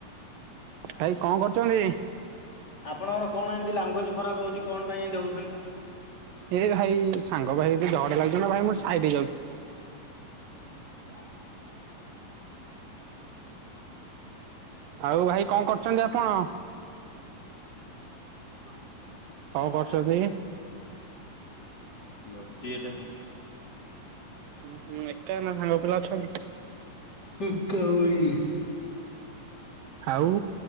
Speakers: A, on the right; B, on the left.
A: ଭାଇ ଙ୍କ କରୁଚନ୍ତି?
B: ଆପଣଙ୍କର କ'ଣ ଏ ଲାଙ୍ଗୁଏଜ୍‌ ଖରାପ ହଉଚି। କ'ଣ ପାଇଁ ହଉ--ନ୍ତି?
A: ଏ ଭାଇ, ସାଙ୍ଗ ଭାଇ ଝଗଡା ଲାଗି--ନ୍ତି। ଭାଇ ମୁଁ ସାଇଟି ହେଇଯାଉ।
B: <inaudible>
A: ଆଉ ଭାଇ କ'ଣ କରୁଚନ୍ତି ଆପଣ?
B: ହ <unintelligible>
A: କରୁଚନ୍ତି?
B: ବସ୍‌ଚି ଏଠେ।
A: ଏକା ନା ସାଙ୍ଗ ପିଲା ଅଛନ୍ତି?
B: <inaudible>
A: ଆଉ